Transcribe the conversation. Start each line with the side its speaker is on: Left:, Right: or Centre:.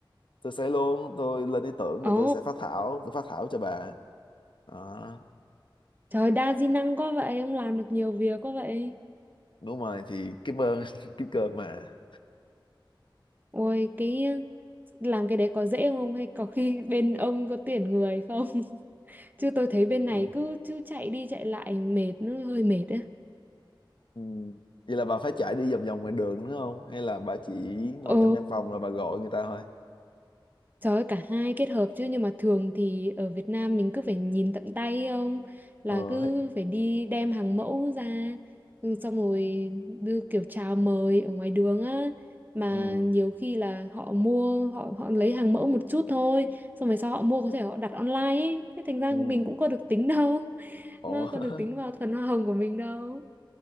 Left: tôi sẽ luôn tôi lên ý tưởng rồi
Right: Ồ,
Left: tôi sẽ phát thảo tôi phát thảo cho bà đó
Right: trời đa di năng quá vậy, ông làm được nhiều việc quá vậy.
Left: đúng rồi thì cảm ơn <laughs> kim cơm mà
Right: Ôi cái làm cái đấy có dễ không hay có khi bên ông có tuyển người không? <laughs> Chứ tôi thấy bên này
Left: cũng
Right: cứ cứ chạy đi chạy lại mệt nó hơi mệt á.
Left: Ừ. Vậy là bà phải chạy đi vòng vòng ngoài đường nữa không? Hay là bà chỉ ngồi
Right: Ồ.
Left: trong văn phòng rồi bà gọi người ta thôi?
Right: Trời ơi, cả hai kết hợp chứ nhưng mà thường thì ở Việt Nam mình cứ phải nhìn tận tay không là
Left: Ờ,
Right: cứ
Left: hết-
Right: phải đi đem hàng mẫu ra ừ, xong rồi đưa kiểu chào mời ở ngoài đường á mà
Left: ừ,
Right: nhiều khi là họ mua họ họ lấy hàng mẫu một chút thôi xong rồi sau họ mua có thể họ đặt online ấy. Thế thành ra
Left: ừ,
Right: mình cũng có được tính đâu <laughs>
Left: ồ,
Right: nó có được tính
Left: <laughs>
Right: vào phần hoa hồng của mình đâu